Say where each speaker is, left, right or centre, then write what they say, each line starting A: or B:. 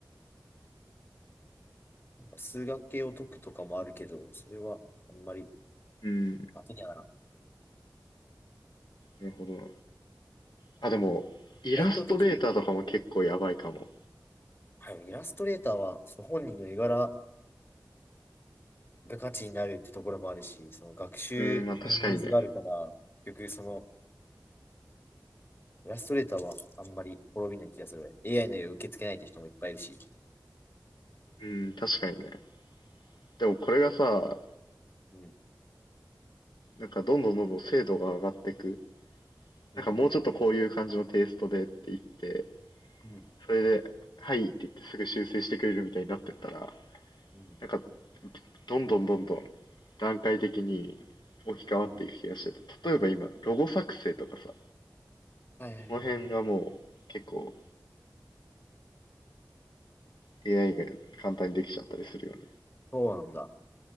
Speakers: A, on the left; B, on the left.
A: う。数学系を解くとかもあるけど、それはあんまり
B: うん、な
A: 当てにはなら
B: るほどな。あ、でも、イラストレーターとかも結構やばいかも。
A: ない。意外とできるとはいイラストレーターはその本人の絵柄が価値になるってところもあるし、その学習にノイズがあるから、
B: うん、まあ確かにね。
A: 結局そのイラストレーターはあんまり滅びない気がする。AI の絵を受け付けないって人もいっぱいいるし。
B: うん、確かにね。でもこれがさ、
A: うん、
B: なんかどんどんどんどん精度が上がってく
A: うん、
B: なんかもうちょっとこういう感じのテイストでって言って、
A: うん、
B: それで、はいって言ってすぐ修正してくれるみたいになってったら、
A: うん、
B: なんかどんどんどんどん段階的に置き換わっていく気がしてて、
A: うん。
B: 例えば今、ロゴ作成とかさ、
A: はいはいはいはい。
B: その辺がもう結構 AI が簡単にできちゃったりするよね。
A: そうなんだ。